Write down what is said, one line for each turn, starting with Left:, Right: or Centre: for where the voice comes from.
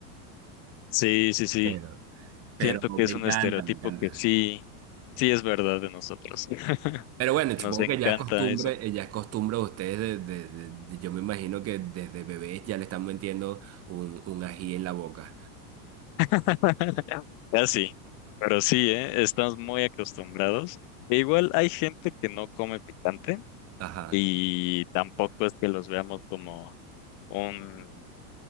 Left: sí, sí, sí.
Right: Pero, pero
Left: Siento que
Right: me
Left: es
Right: encanta,
Left: un estereotipo
Right: me encanta.
Left: que sí, sí es verdad de nosotros. <laughs>
Right: Pero bueno,
Left: Nos
Right: supongo
Left: encanta
Right: que ya es costumbre,
Left: eso.
Right: eh, ya es costumbre de ustedes, de- de- de- de- yo me imagino que desde bebés ya le están metiendo un, un ají en la boca.
Left: <laughs> Casi, pero sí, ¿eh? Estamos muy acostumbrados. E igual hay gente que no come picante
Right: Ajá.
Left: y tampoco es que los veamos como un